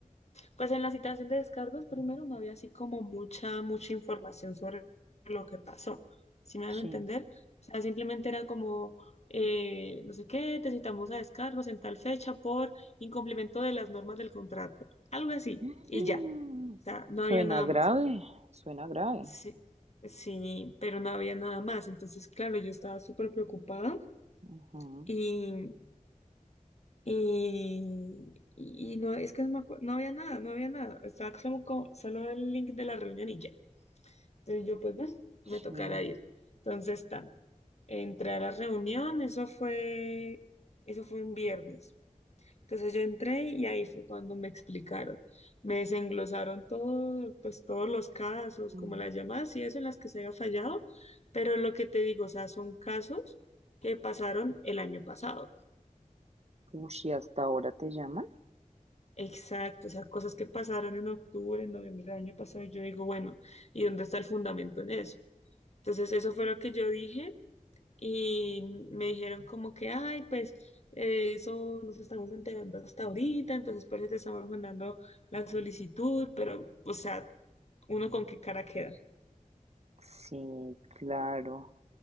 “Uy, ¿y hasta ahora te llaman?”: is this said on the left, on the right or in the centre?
Right